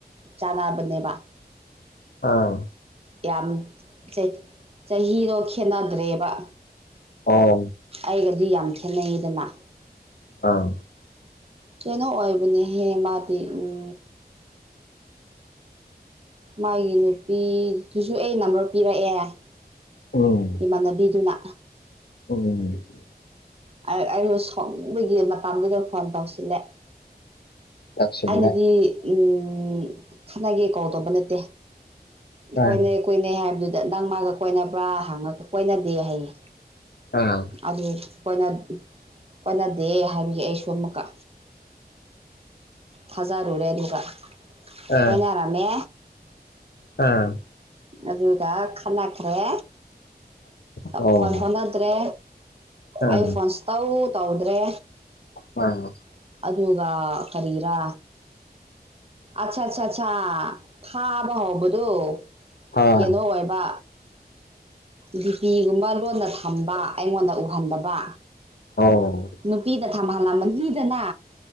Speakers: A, on the right; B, on the left.
A: ꯆꯥꯟꯅꯕꯅꯦꯕ
B: ꯑꯥ
A: ꯌꯥꯝ ꯆꯩ ꯆꯍꯤꯗꯣ ꯈꯦꯠꯅꯗ꯭ꯔꯦꯕ
B: ꯑꯣ
A: ꯑꯩꯒꯗꯤ ꯌꯥꯝ ꯈꯦꯠꯅꯩꯗꯅ
B: ꯑꯥ
A: ꯀꯩꯅꯣ ꯑꯣꯏꯕꯅꯦꯍꯦ ꯃꯥꯗꯤ ꯎꯝ ꯃꯥꯒꯤ ꯅꯨꯄꯤꯗꯨꯁꯨ ꯑꯩ ꯅꯝꯕꯔ ꯄꯤꯔꯛꯑꯦꯍꯥꯏ
B: ꯎꯝ
A: ꯏꯃꯥꯟꯅꯕꯤꯗꯨꯅ
B: ꯎꯝ
A: ꯑꯩ ꯑꯩꯩꯅ ꯁꯥꯎꯅꯤꯡꯕꯒꯤ ꯃꯇꯥꯝꯗꯨꯗ ꯐꯣꯟ ꯇꯧꯁꯤꯜꯂꯦ
B: ꯇꯞꯁꯤꯜꯂꯦ
A: ꯑꯩꯅꯗꯤ ꯎꯝ ꯈꯠꯅꯒꯦ ꯀꯧꯜꯇꯧꯕ ꯅꯠꯇꯦ
B: ꯑꯥ
A: ꯀꯣꯏꯅꯩ ꯀꯣꯏꯅꯩ ꯍꯥꯏꯕꯗꯨꯗ ꯅꯪ ꯃꯥꯒ ꯀꯣꯏꯅꯕ꯭ꯔꯥ ꯍꯪꯉꯒ ꯀꯣꯏꯅꯗꯦ ꯍꯥꯌꯦ
B: ꯑꯥ
A: ꯑꯗꯨ ꯀꯣꯏꯅꯠ ꯀꯣꯟꯅꯗꯦ ꯍꯥꯏꯕꯒꯤ ꯑꯩꯁꯨ ꯑꯃꯨꯛꯀ ꯊꯥꯖꯔꯨꯔꯦ ꯑꯗꯨꯒ
B: ꯑꯥ
A: ꯀꯣꯏꯅꯔꯝꯃꯦ
B: ꯑꯥ
A: ꯑꯗꯨꯒ ꯈꯠꯅꯈ꯭ꯔꯦ ꯑꯥ
B: ꯑꯣ
A: ꯐꯣꯟ ꯐꯥꯎꯅꯗ꯭ꯔꯦ
B: ꯑꯥ
A: ꯑꯩ ꯐꯣꯟ ꯁꯨꯇꯧ ꯇꯧꯗ꯭ꯔꯦ
B: ꯑꯥ
A: ꯑꯗꯨꯒ ꯀꯔꯤꯔꯥ ꯑꯠꯁꯥ ꯁꯥ ꯁꯥ ꯐꯥꯕ ꯍꯥꯎꯕꯗꯣ
B: ꯑꯣ
A: ꯀꯦꯅꯣ ꯑꯣꯏꯕ ꯗꯤꯄꯤꯒꯨꯝꯕ ꯂꯣꯟꯅ ꯊꯝꯕ ꯑꯩꯉꯣꯟꯗ ꯎꯍꯟꯗꯕ
B: ꯑꯧ
A: ꯅꯨꯄꯤꯗ ꯊꯝꯍꯜꯂꯥꯃꯅꯤꯗꯅ